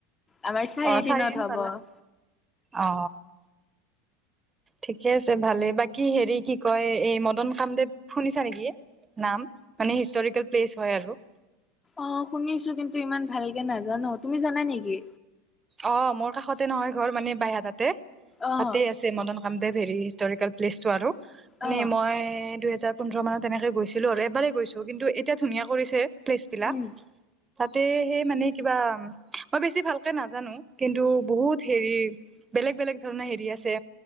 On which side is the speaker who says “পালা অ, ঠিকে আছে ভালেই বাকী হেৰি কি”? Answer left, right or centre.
Right